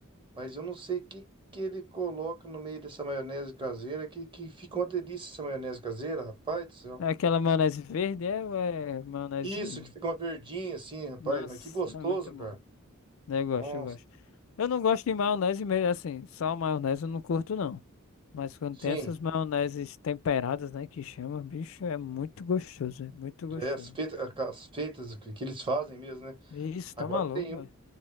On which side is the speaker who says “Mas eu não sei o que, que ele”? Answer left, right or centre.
Right